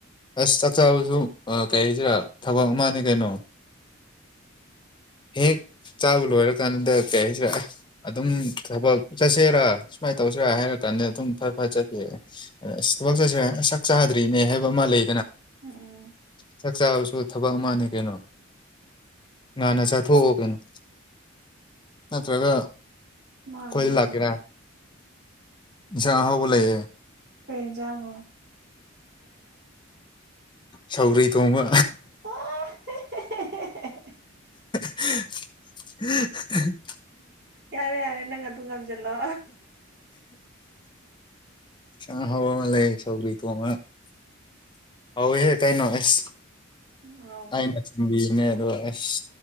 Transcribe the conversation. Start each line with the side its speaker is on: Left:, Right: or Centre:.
Left: ꯑꯁ ꯆꯥꯛꯆꯥꯕꯁꯨ ꯀꯩ ꯍꯥꯏꯁꯤꯔꯥ ꯊꯕꯛ ꯑꯃꯅꯤꯅꯦ ꯀꯩꯅꯣ
Right: <unintelligible>
Left: ꯍꯦꯛ ꯆꯥꯕ ꯂꯣꯏꯔ ꯀꯥꯟꯗ ꯀꯩ ꯍꯥꯏꯁꯤꯔ ꯑꯗꯨꯝ ꯊꯕꯛ ꯆꯠꯁꯦꯔꯥ ꯁꯨꯃꯥꯏꯅ ꯇꯧꯁꯤꯔꯥ ꯍꯥꯏꯔ ꯀꯥꯟꯗ ꯑꯗꯨꯝ ꯐꯠ ꯐꯠ ꯆꯠꯄꯤꯔꯛꯑꯦ ꯑ ꯊꯕꯛ ꯆꯠꯁꯤꯔꯦ ꯁꯛ ꯆꯥꯗ꯭ꯔꯤꯅꯦ ꯍꯥꯏꯕ ꯑꯃ ꯂꯩ
Right: ꯎꯝ
Left: ꯆꯥꯛ ꯆꯥꯕꯁꯨ ꯊꯕꯛ ꯑꯃꯅꯤ ꯀꯩꯅꯣ ꯉꯥꯟꯟꯅ ꯆꯥꯊꯣꯛꯑꯣ ꯀꯩꯅꯣ ꯅꯠꯇ꯭ꯔꯒ
Right: ꯃꯥꯅꯦ
Left: ꯑꯩꯈꯣꯏꯗ
Right: ꯃꯥꯅꯦ
Left: ꯂꯥꯛꯀꯦꯔ ꯌꯥ ꯍꯣꯕꯣ ꯂꯩ
Right: ꯀꯩꯖꯉꯣ
Left: ꯁꯧꯒ꯭ꯔꯤ ꯊꯣꯡꯕ
Right: ꯑ
Left: <unintelligible>
Right: ꯌꯥꯔꯦ ꯌꯥꯔꯦ ꯅꯪ ꯑꯗꯨꯝ ꯉꯝꯖꯜꯂꯣ
Left: ꯎꯝ ꯑ ꯍ ꯂꯩ ꯁꯧꯀ ꯍꯧꯏ ꯍꯦ ꯀꯥꯏ ꯅ ꯑꯦꯁ
Right: ꯉꯥꯎꯕꯅꯦ
Left: ꯑꯅꯆꯕꯤ ꯅꯦ ꯑꯗꯣ ꯑꯁ